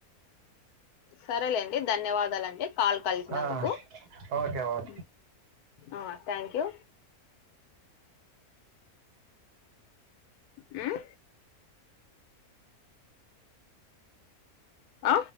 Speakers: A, on the left; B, on the right.
A: సరేలేండి ధన్యవాదాలండి కలిసినందుకు
B: ఆ ఓకే ఓకే
A: హ్మ్ ఆ థాంక్యూ హ్మ్ ఆ